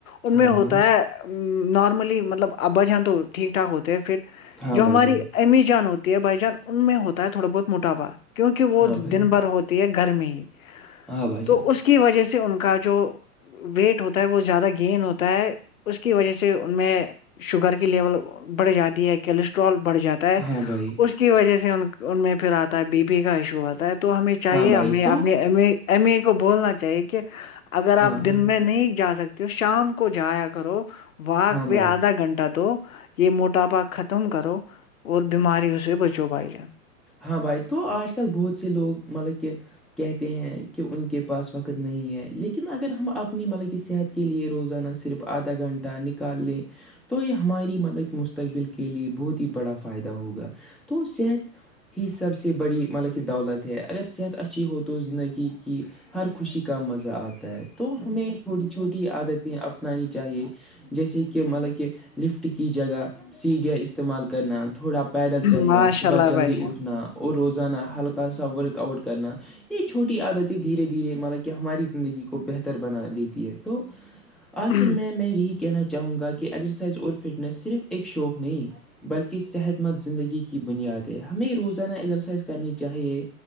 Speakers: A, on the left (about 60°); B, in the centre.
A: ان
B: ہاں بھائی جان
A: میں
B: ہاں
A: ہوتا
B: ہاں
A: ہے نارملی مطلب ابج ہےاں تو ٹھیک ٹھاک ہوتے ہیں فٹ
B: ہاں
A: جو
B: بھائی
A: ہماری
B: جان
A: امی جان ہوتی ہے بھائی جان ان میں ہوتا ہے تھوڑا بہت موٹاپا کیونکہ وہ
B: ہاں بھائی
A: دن
B: جان
A: بھر ہوتا ہے گھر میں ہی
B: ہاں بھائی
A: تو
B: جان
A: اس کی وجہ سے ان کا جو ویٹ ہوتا ہے وہ زیادہ گینین ہوتا ہے اس کی وجہ سے ان میں شوگر کی لیول بڑھ جاتی ہے کولسٹرول بڑھ جاتا ہے
B: ہاں بھائی
A: اس کی وجہ سے ان کا ان میں پھر آتا ہے بی پی کا ایشو آتا ہے تو ہمیں چاہیے
B: ہاں بھائی
A: ہمیں
B: تو
A: اپنے ای ایم ای کو بولنا چاہیے کہ اگر آپ
B: ہاں ہاں
A: دن میں نہیں جا سکتے تو شام کو جایا کرو واق
B: ہاں
A: میںہ
B: بھائی
A: آدھا گھنٹہ دو یہ موٹاپا ختم کرو اور بیماریوں سے بچو پائی جائے
B: ہاں بھائی تو آج کل بہت سے لوگ مطلب کہ کہتے ہیں کہ ان کے پاس وقت نہیں ہے لیکن اگر ہم اپنی مطلب کہ صحت کے لیے روزانہ صرف آدھا گھنٹہ نکال لیں تو یہ ہماری مطلب کہ مستقبل کے لیے بہت ہی بڑا فائدہ ہوگا تو صحت ہی سب سے بڑی مطلب کہ دولت اگر صحت اچھی ہو تو زندگی کی ہر خوشی کا مزہ آتا ہے تو ہمیں چھوٹی چھوٹی عادتیں اپنانی چاہیے جیسے کہ مطلب کہ لفٹ کی جگہ سیڈیاں استعمال کرنا تھوڑا پیدل چلنا
A: ماشاء
B: صبح
A: اللہ
B: جلدی
A: بھائی
B: اٹھنا اور روزانہ ہلکا سا ورک آؤٹ کرنا یہ چھوٹی عادتیں دھیرے دھیرے مطلب ہماری زندگی کو بہتر بنا دیتی ہے تو آخر
A: جان
B: میں میں یہی کہ کہنا چاہوں گا کہ ایکسرسائز اور فٹنس صرف ایک شوق نہیں بلکہ صحت خ مت زندگی کی بنیاد ہے ہمیں روزانہ ایزرسائز کرنی چاہیے